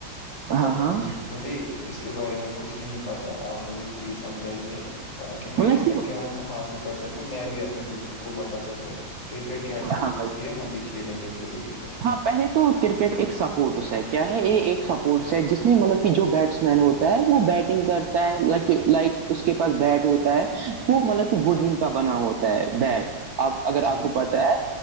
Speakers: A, on the right; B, on the left.
A: ہاں ہاں
B: کچھ مجھے اس کے بارے میں کچھ نہیں پتا آپ مجھے پلیز سمجھائیے تاکہ میں
A: مطلب
B: اس کا
A: کہ
B: گان حاصل کر سکوں میں بھی اپنی دوستوں کو بتا سکوں کرکٹ کیا چیز
A: ہاں
B: ہوتی ہے ہم بھی کھیلیں گے پھر یہیں پر
A: ہاں پہلے تو کرکٹ ایک سپورٹس ہے کیا ہے یہ ایک سپورٹس ہے جس نے مطلب کہ جو بیٹس م ہوتا ہے وہ بیٹنگ کرتا ہے لائک اس کے پاس بیٹ ہوتا ہے وہ مطلب وڈن کا بنا ہوتا ہے بیٹ آپ اگر
B: جی
A: آپ کو پتا ہے